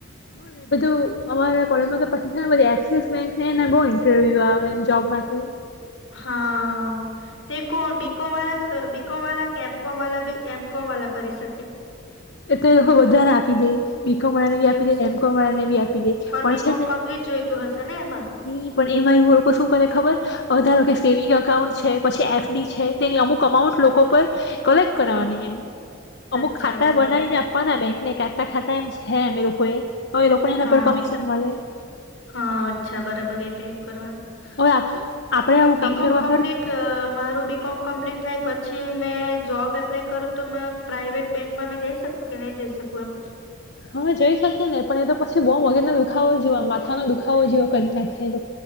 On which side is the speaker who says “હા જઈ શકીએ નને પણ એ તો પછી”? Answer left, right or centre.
Left